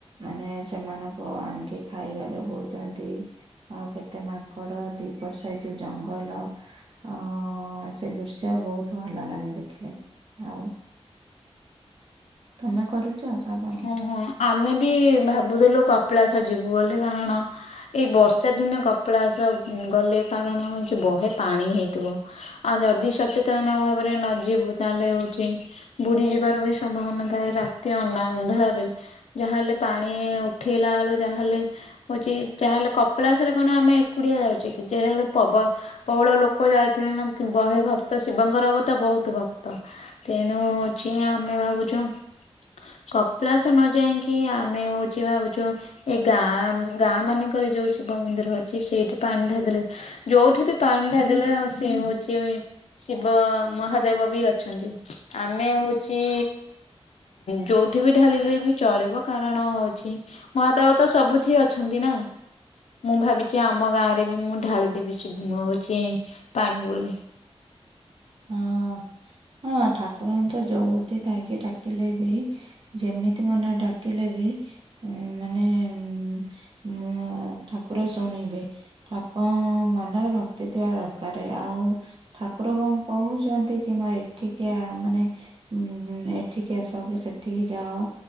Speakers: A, on the right; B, on the left.
A: ମାନେ ସେମାନଙ୍କୁ ଆଣିକି ଖାଇବା ଯୋଗଉଛନ୍ତି। ଆଉ କେତେ ମାଙ୍କଡ଼ ଦି ପଟ ସାଇଡି଼ ଯୋଉ ଜ ଜଙ୍ଗଲ ଅ ସେ ଦୃଶ୍ୟ ବହୁତ୍ ଭଲ ଲାଗେ ଦେଖିଲେ ଆଉ। ତମେ କରୁଚ ଶ୍ରାବଣ?
B: ଓହୋ ଆମେ ବି ଭାବୁଥିଲୁ କପିଳାସ ଜିବୁ ବୋଲି କାରଣ ଏଇ ବର୍ଷା ଦିନେ କପିଳାସ ଗଲେ କାରଣ <unintelligible> ବହେ ପାଣି ହେଇଥିବ। ଆଉ ଯଦି ସଚେତନ ଭାବରେ ନ ଯିବୁ ତାହେଲେ ହଉଛି ବୁଡ଼ି ଯିବାର ବି ସମ୍ଭାବନା ଥାଏ ରାତି ଅନା ଅନ୍ଧାରରେ ରେ। ଯାହାହେଲେ ପାଣି ଉଠେଇଲା ବେଳୁ ଯାହା ହେଲେ ହଉଛି ଯାହାହେଲେ କପିଳାସରେ କଣ ଆମେ ଏକୁଟିଆ ଯାଉଛେ କି <unintelligible> ପବ- ପ୍ରବଳ ଲୋକ ଯାଉଥିବେ ନା ବହେ ଭକ୍ତ ଶିବଙ୍କର ତ ବହୁତ୍ ଭକ୍ତ। ତେଣୁ ହଉଚି ଆମେ ଭାବୁଛୁ କପିଳାସ ନ ଯାଇକି ଆମେ ହଉଚୁ ଭାବୁଚୁ ଏଇ ଗାଁ ଗାଁ ମାନଙ୍କରେ ଯୋଉ ଶିବ ମନ୍ଦିର ଅଛି ସେଇଠି ପାଣି ଢ଼ାଳି ଦେଲେ ଯୋଉଠି ବି ପାଣି ଢ଼ାଳି ଦେଲେ ସେ ହଉଛି ଶିବ ମହାଦେବ ବି ଅଛନ୍ତି ଆମେ ହଉଚି ଯୋଉଠି ବି ଢା଼ଳିଲେ ବି ଚଳିବ କାରଣ ହଉଚି ମହାଦେବ ତ ସବୁଠି ଅଛନ୍ତି ନା। ମୁଁ ଭାବିଛି ଆମ ଗାଁ ରେ ବି ମୁଁ ଢ଼ାଳି ଦେବି ଶିବ ହୋଉଛି ପାଣି ବୋଲି।
A: ହଁ ହଁ ଠାକୁରଙ୍କୁ ତ ଯୋଉଠି ଥାଇକି ଡ଼ାକିଲେ ବି ଯେମି ମନ ଡ଼ାକିଲେ ବି ମାନେ ଉଁ ଠାକୁର ଶୁଣିବେ। <unintelligible> ମନରେ ଭକ୍ତି ଥିବା ଦରକାର ଆଉ ଠାକୁର କଣ କହୁଛନ୍ତି କି ମା ଏଠିକି ଆ ମାନେ ଉଁ ଏଠିକି ଆସ କି ସେଠିକି ଯାଅ।